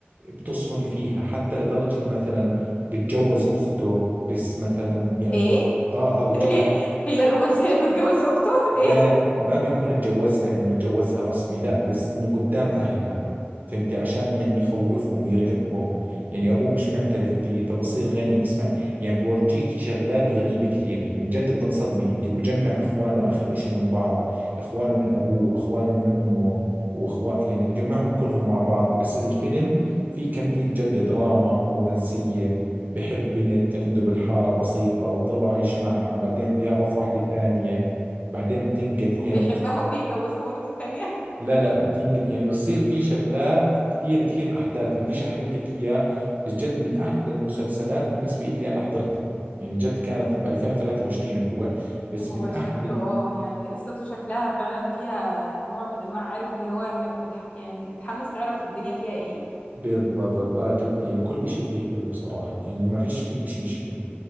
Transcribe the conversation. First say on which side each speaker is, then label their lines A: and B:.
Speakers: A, on the right (about 45°); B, on the left (about 30°).
A: بتصفني فيها حتى لدرجة مثلا بتجوز اخته بس مثلا يعني
B: ايه؟
A: اه اه بتجوز
B: ايه هي الرومانسية انه اتجوز اخته
A: لا
B: ايه
A: لا ما بيكون اتجوزها انه اتجوزها رسمي لا بس انه قدام اهلها فهمتي عشان يعني يخوفهم ويرعبهم يعني ابوه مش معترف فيه فبصير غني اسمع يعني بورجيكي شغلات غريبة كثير يعني جد بتنصدمي انت وبجمع اخوانه اخر اشي من بعض اخوانه من ابوه اخوانه من امه واخوان يعني بجمعهم كلهم مع بعض بس الفيلم في كمية جد دراما ورومانسية بحب بنت عنده بالحارة بسيطة وبضله عايش معها بعدين بيعرف واحدة ثانية بعدين بتنقت
B: وبيحبها
A: يعني
B: وبيتجوزها برضه التانية
A: لا لا بتنقت يعني بتصير في شغلات كثير كثير احداث بديش احرق لك اياه بس جد من احلى المسلسلات بالنسبه لي انا حضرتها يعني جد كانت ب 2023 هو بس
B: هو
A: من احلى
B: شكله
A: ال-
B: اه يعني قصته شكلها فعلا فيها نوع من انواع عارف اللي هو انك متح... يعني متحمس تعرف الدنيا فيها ايه
A: بالضبط اه جد يعني كل اشي فيه حلو بصراحه يعني ما فيش فيه اشي مش حلو